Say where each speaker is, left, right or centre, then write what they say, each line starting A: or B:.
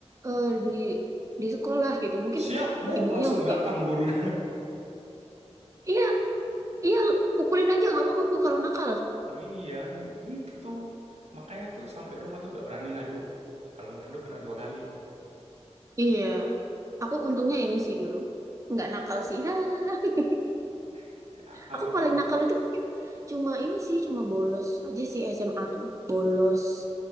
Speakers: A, on the right; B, on the right.
A: eh, di di sekolah gitu. Mungkin
B: siap bu
A: ibunya
B: langsung
A: langsung
B: datang
A: kayak,
B: guru
A: iya, iya, pukulin aja nggak apa-apa Bu, kalau nakal.
B: <laughs> iya gitu makanya tuh sampai rumah tuh gak berani ngadu kalau ngadu kena dua kali
A: Iya, aku untungnya ini sih dulu, nggak nakal sih. <laughs>
B: <laughs> A- apa
A: Aku
B: namanya
A: paling nakal itu mungkin cuma ini sih, cuma bolos aja sih SMA tuh. Bolos.